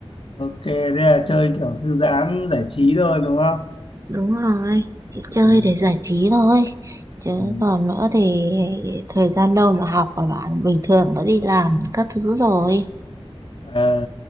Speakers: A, on the left; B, on the right.
A: Ok, thế là chơi kiểu thư giãn giải trí thôi đúng không?
B: Đúng rồi, chị
A: Ừ.
B: chơi để giải trí thôi. Chứ
A: Ừ.
B: còn nữa thì thời gian đâu mà học và bạn bình thường nó đi làm các thứ rồi.
A: Ờ,